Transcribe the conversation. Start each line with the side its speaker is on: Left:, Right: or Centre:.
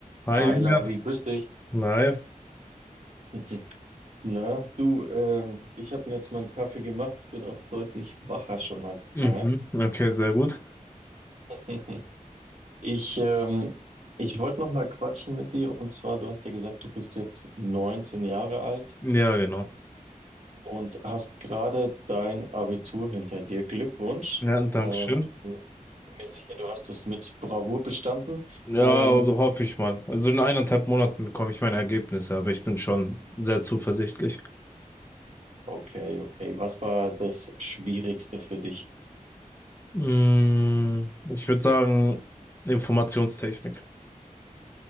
Left: Hi
Right: Hi
Left: Julian.
Right: Labi, grüß dich.
Left: Hi.
Right: <laughs> Na, du, ähm, ich habe mir jetzt meinen Kaffee gemacht, bin auch deutlich wacher schon als
Left: Mhm.
Right: vorher.
Left: Okay, sehr gut.
Right: <laughs> Ich, ähm, ich wollte noch mal quatschen mit dir und zwar, du hast ja gesagt, du bist jetzt neunzehn Jahre alt
Left: Ja, genau.
Right: und hast gerade dein Abitur hinter dir. Glückwunsch.
Left: Ja, danke
Right: Ähm,
Left: schön.
Right: bin mir sicher, du hast es mit Bravour bestanden.
Left: Ja,
Right: Ähm,
Left: hoffe ich mal. Also in eineinhalb Monaten bekomme ich meine Ergebnisse, aber ich bin schon sehr zuversichtlich.
Right: okay, okay. Was war das Schwierigste für dich?
Left: Mm, ich würde sagen, Informationstechnik.